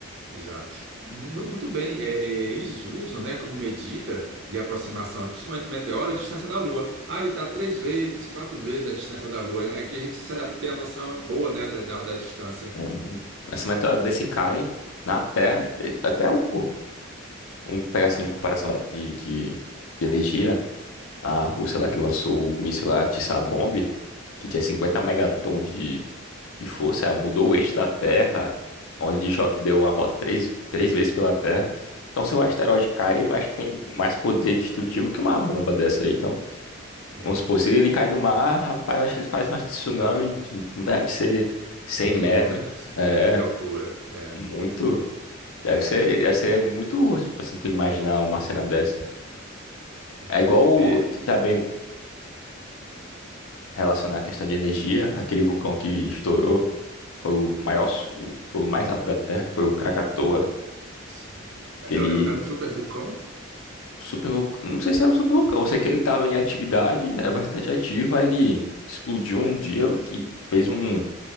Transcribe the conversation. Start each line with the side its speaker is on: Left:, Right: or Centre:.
Right: exato. Mu- Muito bem, é, é, eles usam, né, como medida de aproximação, principalmente meteoro, a distância da Lua. Ah, ele está três vezes, quatro vezes a distância da Lua. É que a gente sa- tem a noção boa, né, da, da- da distância.
Left: Uhum. Mas uma meteoro desse cai na Terra, te- até o. Um pegar
Right: É,
Left: assim, em comparação de, de, de energia. a Rússia lá que lançou o míssil lá tsar que tinha 50 megatons de, de força, ah, mudou o eixo da Terra,
Right: é,
Left: onde de choque deu uma volta três, três vezes pela Terra. Então, se o asteroide cai, eu acho que tem mais poder destrutivo que uma bomba dessa aí. Então,
Right: tem.
Left: vamos supor, se ele cai no mar, rapaz, eu acho que ele faz um tsunami, de- deve ser 100
Right: De quilômetros,
Left: metros. É,
Right: é, de altura. É,
Left: muito. Deve
Right: é,
Left: ser, deve ser muito, tipo assim, tu imaginar uma cena dessa.
Right: é,
Left: É igual, o-
Right: é.
Left: tá bem relacionar a questão de energia, aquele vulcão que estourou foi o maior, su- o solo mais alto da Terra, que foi o Krakatoa,
Right: Sim. Era,
Left: aquele
Right: era um super vulcão?
Left: super, não sei se era um super vulcão, eu sei que ele estava em atividade, é bastante ativo, aí ele explodiu um dia, o que fez um,